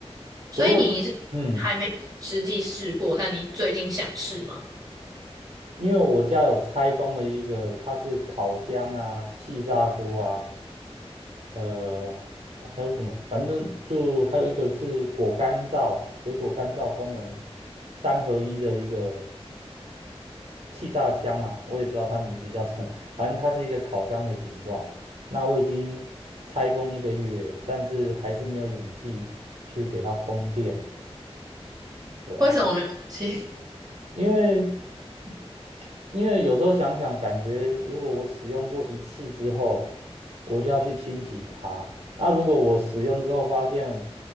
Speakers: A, on the right; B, on the right.
A: 所以你是还没有实际试过，
B: 不过，嗯。
A: 但你最近想试吗？
B: 因为我家有拆封的一个，它是烤箱啊、气炸锅啊，呃，啊还有什么？反正就还有一个是果干燥、水果干燥功能三合一的一个气炸箱嘛，我也不知道它名字叫什么，反正它是一个烤箱的形状。那我已经拆封一个月了但是还是没有勇气去给它通电，对啊。
A: 为什么没有勇气？
B: 因为因为有时候想想，感觉如果我使用过一次之后，我就要去清洗它。那如果我使用之后发现